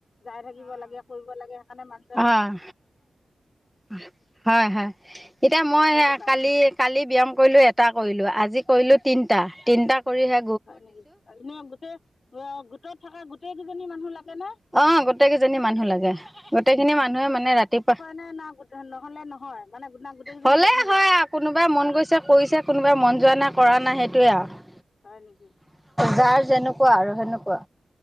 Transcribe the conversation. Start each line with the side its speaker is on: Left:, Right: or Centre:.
Left: জাই থাকিব লাগে, কৰিব লাগে সেইকাৰণে মানু
Centre: অহ', অহ হয়, হয়, এতিয়া
Left: উম
Centre: মই
Left: সেইটো
Centre: এ
Left: কাৰণে
Centre: কালি লি কালি ব্যায়াম কৰিলো এটা কৰিলো, আজি কৰিলো তিনটা, তিনটা কৰিহে
Left: হয় নেকি, এনে গোটেই গা গোটত থকা গোটেই কেইজনী মানুহ লাগে না?
Centre: অ', গোটেই কেইজনী মানুহ লাগে, গোটেইখিনি মানুহে মানে ৰাতিপুৱা
Left: না না গোট নহলে, নহয়। মানে না গোটেইকেইজনী
Centre: হ'লেই
Left: লাগিবই
Centre: হয় আৰু কোনোবাই মন গৈছে কৰিছে, কোনোবাই মন যোৱা নাই কৰা নাই সেইটোয়ে আৰু।
Left: হয় নেকি?
Centre: যাৰ যেনেকুৱা আৰু সেনেকুৱা,